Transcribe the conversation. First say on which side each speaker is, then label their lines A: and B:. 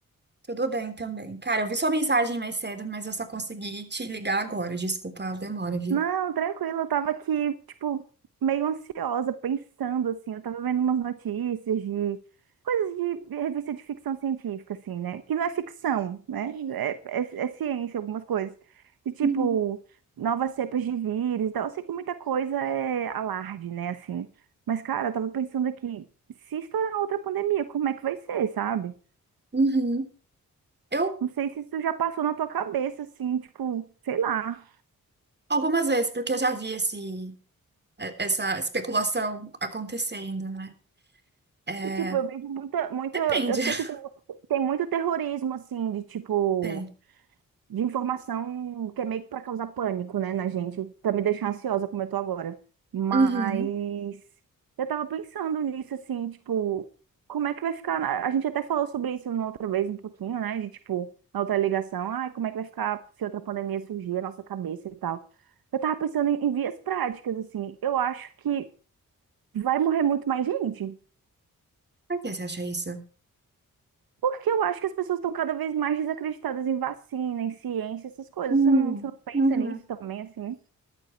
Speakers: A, on the right; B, on the right.
A: Tudo bem também. Cara, eu vi sua mensagem mais cedo, mas eu só consegui te ligar agora. Desculpa a demora, viu?
B: Não, tranquilo, eu tava aqui, tipo, meio ansiosa, pensando, assim, eu tava vendo umas notícias de coisas de revista de ficção científica, assim, né? Que não é ficção, né? É, é- é ciência, algumas coisas. De tipo,
A: Uhum.
B: novas cepas de vírus e tal. Eu sei que muita coisa é alarde, né, assim. Mas, cara, eu tava pensando aqui, se estourar outra pandemia, como é que vai ser, sabe?
A: Uhum. Eu,
B: Não sei se isso já passou na tua cabeça, assim, tipo, sei lá.
A: algumas vezes, porque eu já vi esse, eh, essa especulação acontecendo, né? É,
B: E, tipo, eu vejo muita, muito,
A: depende.
B: eu sei
A: <laughs>
B: que tem, tem muito terrorismo, assim, de, tipo,
A: Tem.
B: de informação que é meio que pra causar pânico, né, na gente, pra me deixar ansiosa como eu tô agora. Mas
A: Uhum.
B: eu tava pensando nisso, assim, tipo, como é que vai ficar, na- a gente até falou sobre isso na outra vez um pouquinho, né, de, tipo, na outra ligação, ai, como é que vai ficar se outra pandemia surgir, a nossa cabeça e tal. Eu tava pensando em, em vias práticas, assim, eu acho que vai morrer muito mais gente.
A: Por que você acha isso?
B: Porque eu acho que as pessoas estão cada vez mais desacreditadas em vacina, em ciência, essas coisas.
A: Hum,
B: Você não, você não pensa
A: uhum.
B: nisso também, assim?